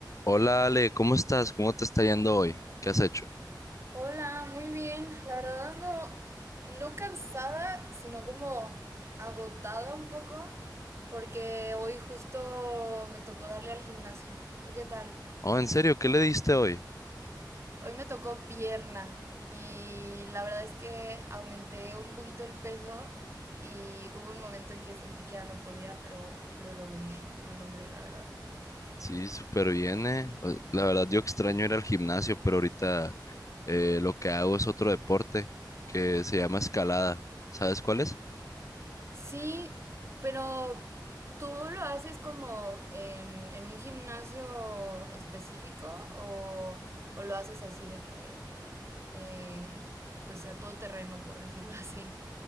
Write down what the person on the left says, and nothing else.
Hola Ale, ¿cómo estás? ¿Cómo te está yendo hoy? ¿Qué has hecho?
Oh, ¿en serio? ¿Qué le diste hoy?
Sí, súper bien, eh. O- La verdad, yo extraño ir al gimnasio, pero ahorita eh, lo que hago es otro deporte que se llama escalada. ¿Sabes cuál es?